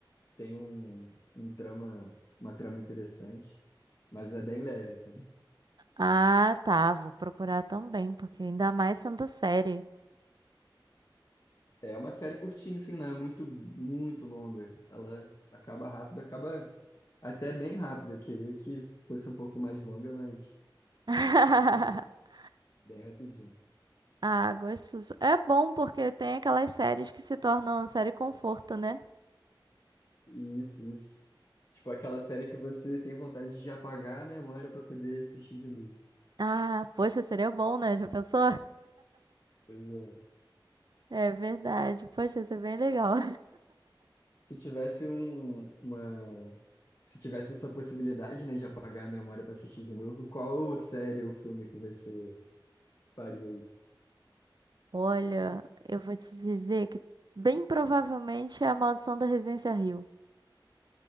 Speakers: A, on the left; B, on the right.
A: tem um, um trama, uma trama interessante, mas é bem leve, assim.
B: ah, tá. Vou procurar também, porque ainda mais sendo série.
A: É uma série curtinha, assim, não é muito, muito longa. Ela acaba rápido, acaba até bem rápido. Eu queria que fosse um pouco mais longa, mas
B: <laughs>
A: acaba bem rapidinho.
B: Ah, gostoso. É bom porque tem aquelas séries que se tornam série conforto, né?
A: Isso, isso. Tipo aquela série que você tem vontade de apagar a memória para poder assistir de novo.
B: Ah, poxa, seria bom, né? Já pensou?
A: Pois é.
B: É verdade. Poxa, isso é bem legal.
A: Se tivesse um, uma, se tivesse essa possibilidade, né, de apagar a memória para assistir de novo, qual série ou filme que você faria isso?
B: Olha, eu vou te dizer que bem provavelmente é A Maldição da Residência Rio.